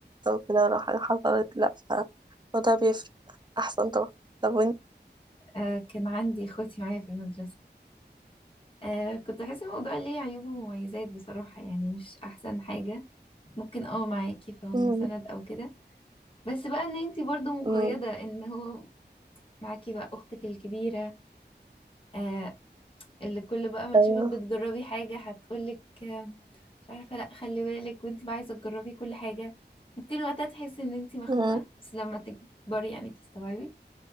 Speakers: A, on the right; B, on the left.
A: وكده ولو حاجة حصلت لأ فالموضوع بيفرق أحسن طبعا طب وانت
B: آه كان عندي اخواتي معايا في المدرسة آه كنت حاسة الموضوع ليه عيوب ومميزات بصراحة يعني مش أحسن حاجة ممكن اه معاكي فهم
A: مم.
B: سند أو كده بس بقى إن انتي برضو مقيدة
A: مم.
B: إن هو معاكي بقى أختك الكبيرة آه اللي كل بقى ما
A: أيوه
B: تشوفك بتجربي حاجة هتقولك آه مش عارفة لأ خلي بالك وانتي بقى عايزة تجربي كل حاجة ممكن وقتها تحسي إن انتي مخنوقة
A: مم.
B: بس لما تكبري يعني تستوعبي